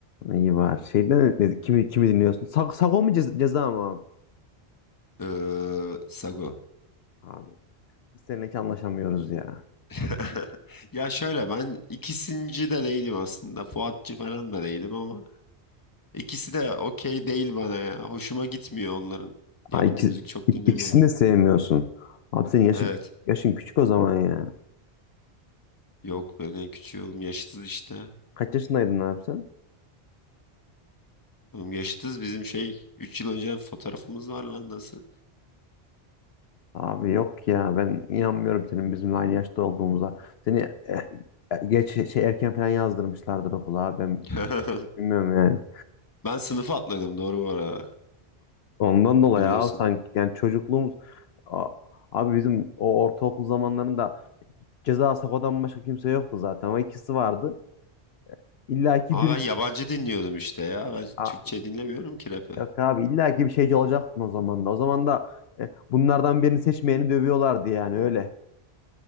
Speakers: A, on the left; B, on the left.
A: İyi var. Şeyden ne- kimi kimi dinliyorsun? Sag, Sago mu ceza, ceza mı abi?
B: Ee, Sago.
A: Abi biz seninle hiç anlaşamıyoruz ya.
B: <laughs> Ya şöyle ben ikisinci de değilim aslında. Fuatçı falan da değilim ama ikisi de okey değil bana ya. Hoşuma gitmiyor onların. Yaptığı
A: Ha, iki-
B: müzik çok dinlemiyorum.
A: ikisini de sevmiyorsun. Abi senin yaşın
B: Evet.
A: yaşın küçük o zaman ya.
B: Yok ben en küçüğü oğlum yaşıtız işte.
A: Kaç yaşındaydın abi sen?
B: Oğlum yaşıtız bizim şey 3 yıl önce fotoğrafımız var lan nasıl?
A: Abi yok ya ben inanmıyorum senin bizimle aynı yaşta olduğumuza. Seni eh, eh, geç şey erken falan yazdırmışlardır okula abi ben
B: <laughs>
A: bilmiyorum yani.
B: Ben sınıf atladım doğru bu arada.
A: Ondan dolayı
B: Biliyorsun.
A: abi sanki yani çocukluğumuz A- abi bizim o ortaokul zamanlarında ceza Sako'dan başka kimse yoktu zaten ama ikisi vardı. İlla ki
B: Ama
A: bir
B: ben yabancı dinliyordum işte ya. Ben
A: A-
B: Türkçe dinlemiyorum ki rap'i.
A: yok abi illa ki bir şeyci olacaktın o zaman da. O zaman da eh, bunlardan birini seçmeyeni dövüyorlardı yani öyle.